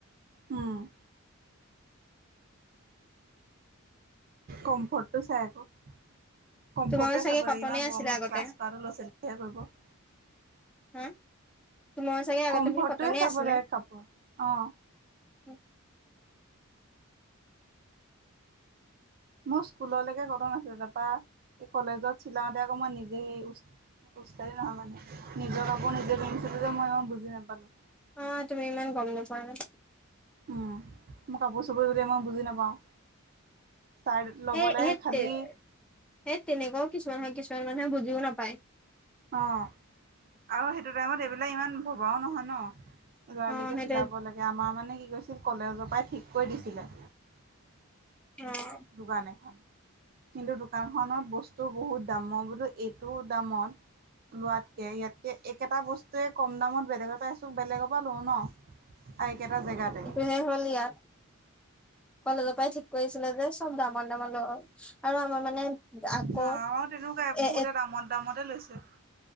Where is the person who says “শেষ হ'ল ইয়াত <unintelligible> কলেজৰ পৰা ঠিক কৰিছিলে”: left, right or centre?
Centre